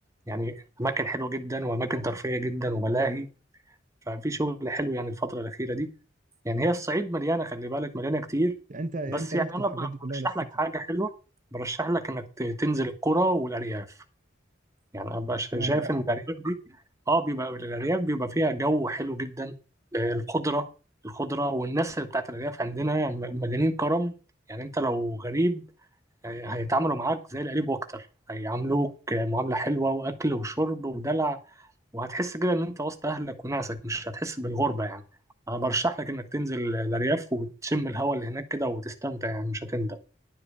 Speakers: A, on the right (about 15°); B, on the right (about 45°).
A: يعني أماكن حلوة جدا وأماكن ترفيهية جدا وملاهي ففي شغل حلو يعني الفترة الأخيرة دي يعني هي الصعيد مليانة خلي بالك مليانة كتير
B: يعني انت يعني
A: بس
B: انت رحت
A: يعني أنا
B: الحاجات
A: ب-
B: دي كلها
A: برشح
B: ولفتها
A: لك حاجة حلوة برشح لك إنك ت- تنزل القرى والأرياف يعني أنا بقى شا-
B: اشمعنى
A: شايف
B: بقى
A: إن الأرياف دي أه بيبقى الأرياف بيبقى فيها جو حلو جدا آه، الخضرة الخضرة والناس بتاعت الأرياف عندنا يعني م- مليانين كرم يعني أنت لو غريب آه، هيتعاملوا معاك زي القريب وأكتر هيعاملوك آه، معاملة حلوة وأكل وشرب ودلع وهتحس كده ان انت وسط اهلك وناسك مش هتحس بالغربه يعني انا برشح لك انك تنزل الارياف وتشم الهواء اللي هناك كده وتستمتع يعني مش هتندم